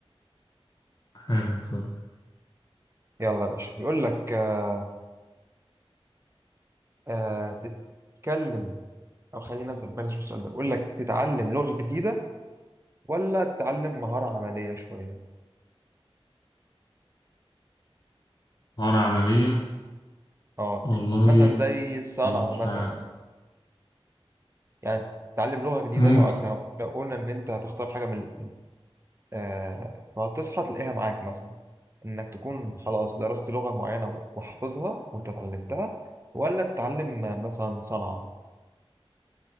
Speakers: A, on the left; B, on the right.
A: حلو طيب
B: يلا يا باشا بيقول لك آه آه، تت- تتكلم او خلينا في بلاش السؤال ده بيقول لك تتعلم لغة جديدة ولا تتعلم مهارة عملية شوية
A: عار عملية
B: اه
A: والله
B: مثلا زي الصنعة
A: مش
B: مثلا
A: عارف
B: يعني تتعلم لغة جديدة
A: ممكن
B: لو لو, لو قلنا ان انت هتختار حاجة من الاتنين آه فهتصحى تلاقيها معاك مثلا انك تكون خلاص درست لغة معينة وحافظها وانت اتعلمتها ولا تتعلم آه، مثلا صنعة